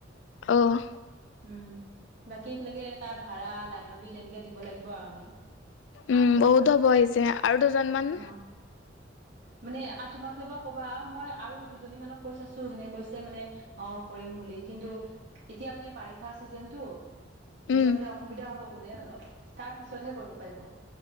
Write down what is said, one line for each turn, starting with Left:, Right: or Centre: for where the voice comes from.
Left: আহ
Right: উম, বাকী এইফালাগে তাৰ ভাড়া লাইন বিল এনেকে দিব লাগিব আৰু আমি।
Left: উম, বহুত হ'ব আহিছে আৰু দুজনমান।
Right: অ মানে আৰু তোমাৰ ফালৰ পৰা কবা মই আৰু দুজনী মানক কৈ আছো সেনে কৈছে মানে অ কৰিম বুলি। কিন্তু এতিয়া মানে বাৰিষা চিজনতটো।
Left: উম
Right: এতিয়া মানে অসুবিধা হ'ব বোলে অলপ তাৰ পিছতহে কৰিব পাৰিব